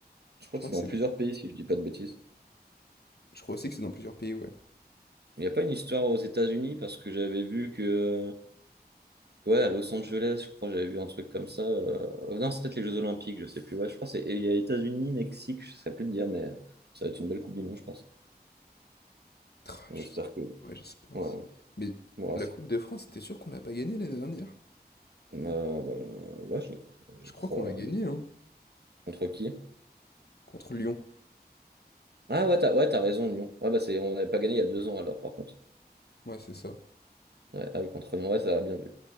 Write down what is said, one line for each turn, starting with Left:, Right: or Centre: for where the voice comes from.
Right: Je crois
Left: Je
Right: que
Left: crois
Right: c'est
Left: que
Right: dans
Left: c'est
Right: plusieurs
Left: dans...
Right: pays, si je dis pas de bêtises.
Left: Je crois aussi que c'est dans plusieurs pays, ouais.
Right: Il n'y a pas une histoire aux États-Unis, parce que j'avais vu que Ouais, à Los Angeles, je crois, j'avais vu un truc comme ça. euh, Non, c'est peut-être les Jeux Olympiques, je sais plus. Ouais, je crois que c'est et il y a États-Unis, Mexique, je ne saurais plus te dire, mais ça va être une belle Coupe du Monde, je pense.
Left: Tra,
Right: On
Left: je
Right: espère
Left: sais.
Right: que.
Left: Ouais, j'espère
Right: Ouais,
Left: aussi. Mais
Right: ouais,
Left: la
Right: c'est-
Left: Coupe de France, t'es sûr qu'on l'a pas gagnée l'année dernière?
Right: euh, bah, euh, ouais, je... je
Left: Je crois
Right: crois.
Left: qu'on l'a gagnée,
Right: je-
Left: hein?
Right: Contre qui?
Left: Contre Lyon.
Right: Ah ouais, t'as ouais, t'as raison, Lyon. Ouais, bah, c'est... On n'avait pas gagné il y a deux ans alors, par contre.
Left: Ouais, c'est ça.
Right: Ouais, ah oui, contre Lyon, ouais, ça a bien vu.